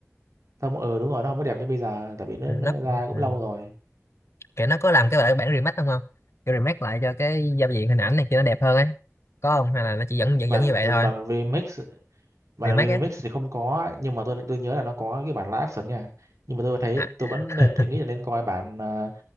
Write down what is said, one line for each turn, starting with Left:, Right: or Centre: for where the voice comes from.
Right: không ừ đúng rồi nó không có đẹp như bây giờ tại vì nó,
Left: Ừ,
Right: nó
Left: nó
Right: ra cũng
Left: ừ.
Right: lâu rồi
Left: kiểu nó có làm cái bản bản remake đúng không kiểu remake lại cho cái giao diện hình ảnh này kia nó đẹp hơn ấy có không hay là nó chỉ vẫn vẫn
Right: mà
Left: vẫn như vậy thôi
Right: bản remix bản
Left: remake
Right: remix
Left: ấy
Right: thì không có nhưng mà tôi tôi nhớ là nó có cái bản live action nha nhưng mà tôi thấy
Left: à,
Right: tôi vẫn nên
Left: <laughs>
Right: thấy nghĩ là nên coi bản ờ,